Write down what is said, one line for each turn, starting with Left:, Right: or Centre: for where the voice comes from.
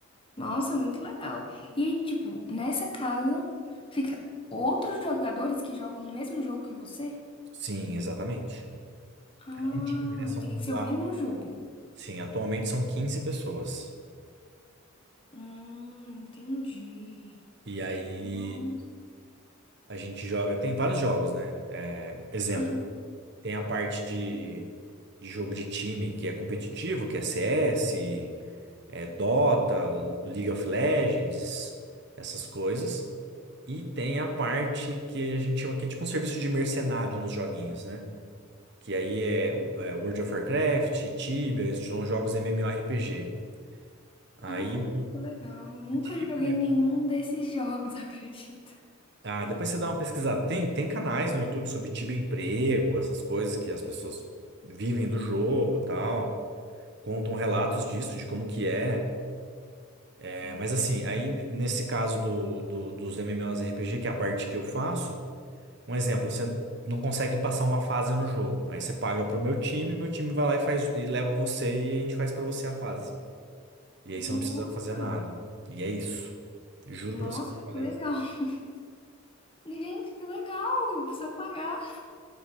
Left: Nossa, muito legal. E aí, tipo, nessa casa fica outros jogadores que jogam o mesmo jogo que você?
Right: Sim, exatamente.
Left: Ah,
Right: É um time, né? São
Left: tem que ser
Right: lá,
Left: o mesmo jogo.
Right: sim, atualmente são 15 pessoas.
Left: Hum, entendi.
Right: E aí
Left: Nossa,
Right: A gente joga, tem vários jogos, né? É, exemplo,
Left: aham.
Right: tem a parte de, de jogo de time que é competitivo, que é CS, é Dota, League of Legends, essas coisas. E tem a parte que a gente chama que é tipo um serviço de mercenário nos joguinhos, né? Que aí é, é World of Warcraft, Tibia, são jogos MMORPG. Aí
Left: Hum,
Right: o
Left: que legal. Nunca
Right: o time
Left: joguei
Right: é
Left: nenhum desses jogos, <laughs> acredita
Right: Ah, depois você dá uma pesquisada. Tem, tem canais no YouTube sobre Tibia Emprego, essas coisas que as pessoas vivem do jogo, e tal. Contam relatos
Left: Hum,
Right: disso, de como que é. É,
Left: Sei.
Right: mas assim, aí n- nesse caso do, do- dos MMORPG, que é a parte que eu faço, um exemplo, você não consegue passar uma fase no jogo. Aí você paga pro meu time, meu time vai lá e faz e leva você e a gente faz pra você a fase. E aí você
Left: Nossa,
Right: não precisa fazer nada. E é isso. Juro
Left: nossa,
Right: pra você.
Left: que
Right: Olha
Left: legal. <laughs> Gente, que legal. Precisa pagar.